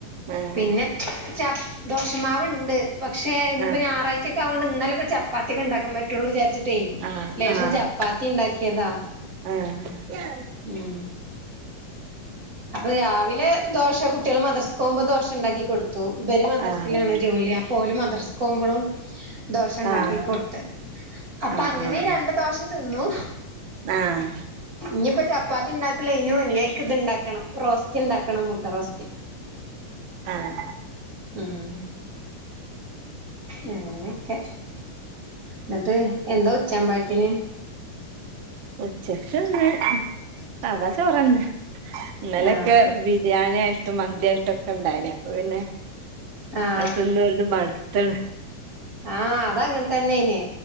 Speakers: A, on the right; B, on the right.
A: ആഹ്
B: പിന്നെ ച ദോശമാവ്ണ്ട് പക്ഷെ ഞ്പ്പോ
A: ആഹ്
B: ഞാറാഴ് ഒറ്റക്കായതൊണ്ട ഇന്നല്ലെചപ്പാത്തിക്കെണ്ടാക്കാൻ പറ്റുള്ളുചാരിച്ച്ട്ടേ
A: ആഹ്
B: ലേശം ചപ്പാത്തി ണ്ടാക്കിയതാ
A: ആഹ്
B: ഉം അപ്പൊ രാവിലെ ദോശ കുട്ട്യാൾ മദ്റസ്ക്കോവുമ്പോ ദോശ ണ്ടാക്കി കൊടുത്തു ഇവര് മദ്രസിലാണ്
A: ആഹ്
B: ജോലി അപ്പോൽ ഓല് മദ്രസ്ക്കോവ്മ്പളും ദോശ ണ്ടാക്കി
A: ആഹ്
B: കൊട്ത്ത് അപ്പ
A: ആഹ് ആഹ്
B: ങ്ങനെ രണ്ട് ദോശ തിന്നു
A: ആഹ്
B: ഞ്പ്പോ ചപ്പാത്തിണ്ടാക്കലൈഞ്ഞു ഞ്ഞയ്ക്ക് ത്ണ്ടാക്കണം റോസ്റ്റ്ണ്ടാക്കണം മുട്ട റോസ്റ്റ്
A: ആഹ്
B: ഉം അങ്ങനെയൊക്കെ ന്നട്ട് എന്താ ഉച്ചാമ്പാഴത്തിന്
A: ഉച്ചക്ക്ന്ന് സാധാ ചോറെന്നെ ന്നലൊക്കെ
B: ആഹ്
A: ബിരിയാണ്യായിട്ടും മന്ത്യായിട്ടൊക്കെണ്ടായിനി അപ്പ പിന്നെ
B: ആഹ്
A: അഹ് തിന്ന് ങ്ങട്ട് മട്ത്ത്ണ്
B: ആഹ് അതങ്ങനെ തന്നെയ്ന്